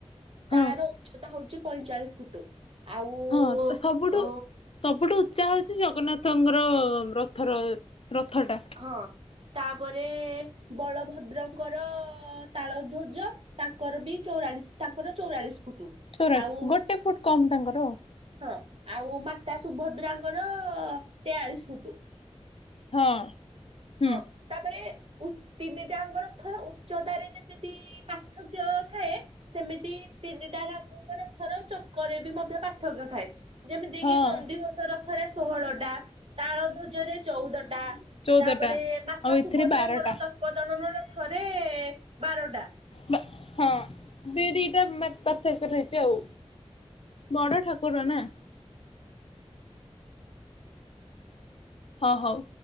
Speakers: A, on the left; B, on the right.
A: ହଁ।
B: ତାର ଉଚ୍ଚତା ହଉଛି ପଇଁଚାଳିଶ ଫୁଟ। ଆଉ
A: ହଁ ତ ସବୁଠୁ
B: ଅ
A: ସବୁଠୁ ଯାହା ହଉଛି ଜଗନ୍ନାଥଙ୍କର ରଥର ରଥଟା।
B: ହଁ ତାପରେ ବଳଭଦ୍ରଙ୍କର ତାଳ ଧୂଜ ତାଙ୍କର ବି ଚଉରାଳିଶ ତାଙ୍କର ଚଉରାଳିଶ ଫୁଟ।
A: ଚୋରାଶ
B: ଆଉ
A: ଗୋଟେ ଫୁଟ କମ୍ ତାଙ୍କର ଆଉ।
B: ହଁ। ଆଉ ମାତା ସୁଭଦ୍ରାଙ୍କର ତେୟାଳିଶ ଫୁଟ।
A: ହଁ ହୁଁ
B: ହଁ ତାପରେ ତିନିଟାଙ୍କର ଥର ଉଚ୍ଚତାରେ ଯେମିତି ପାର୍ଥକ୍ୟ ଥାଏ ସେମିତି ତିନିଟା ରାମଙ୍କର ଥର ଚକରେ ବି ମଧ୍ୟ ପାର୍ଥକ୍ୟ ଥାଏ। ଯେମିତି
A: ହଁ
B: କିି ନନ୍ଦିଘୋଷ ରଥରେ ଷୋହଳ ଟା ତାଳ ଧ୍ୱଜରେ ଚଉଦ ଟା।
A: ଚଉଦଟା
B: ତାପରେ ମାତା
A: ଆଉ
B: ସୁଭଦ୍ରାଙ୍କର
A: ଏଥିରେ ବାରଟା।
B: ତତ୍ପ ଦଳନ ର ଥରେ ବାରଟା।
A: ବା ହଁ ଦି ଦିଟା ପାର୍ଥକ ରହିଛି ଆଉ। ବଡ ଠାକୁର ନା। ହଁ ହଉ।